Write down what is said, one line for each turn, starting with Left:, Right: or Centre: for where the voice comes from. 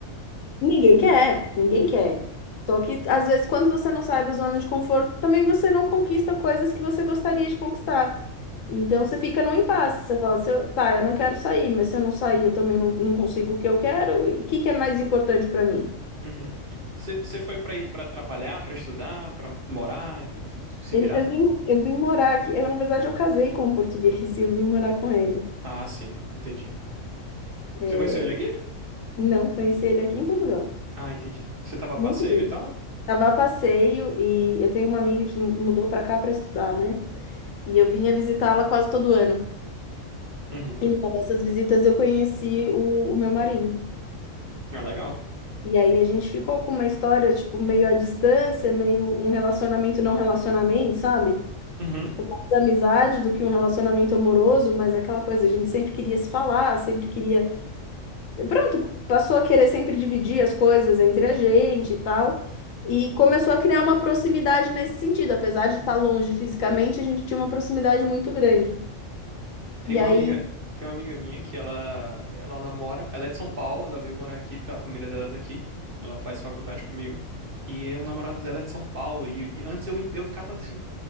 Left: Ninguém quer, ninguém quer. Só que às vezes, quando você não sai da zona de conforto, também você não conquista coisas que você gostaria de conquistar. Então você fica num impasse, você fala, se eu, tá, eu não quero sair, mas se eu não sair, eu também não, não consigo o que eu quero. E o que que é mais importante para mim?
Right: Uhum. Você foi pra ir pra trabalhar, pra estudar, pra morar e se se
Left: Eu,
Right: virar?
Left: eu vim, eu vim morar aqui. Eu, na verdade, eu casei com um português <laughs> e eu vim morar com ele.
Right: Ah, sim, entendi.
Left: É,
Right: Você conheceu ele aqui?
Left: não, conheci ele aqui em Portugal.
Right: Ah, entendi. Você tava a
Left: Muito
Right: passeio e tal?
Left: Tava a passeio e eu tenho uma amiga que mudou pra cá pra estudar, né? E eu vinha visitá-la quase todo ano.
Right: Uhum.
Left: E numa dessas visitas eu conheci o, o meu marido.
Right: Ah, legal.
Left: E aí a gente ficou com uma história, tipo, meio à distância, meio um relacionamento não relacionamento, sabe?
Right: <laughs>
Left: Tipo, mais amizade do que um relacionamento amoroso, mas é aquela coisa, a gente sempre queria se falar, sempre queria pronto, passou a querer sempre dividir as coisas entre a gente e tal. E começou a criar uma proximidade nesse sentido. Apesar de estar longe fisicamente, a gente tinha uma proximidade muito grande.
Right: Tem
Left: E
Right: uma
Left: aí.
Right: amiga, tem uma amiga minha que ela, ela namora, ela é de São Paulo, ela veio morar aqui porque a família dela é daqui. Ela faz faculdade comigo. E o namorado dela é de São Paulo. E, e antes eu, en- eu ficava assim,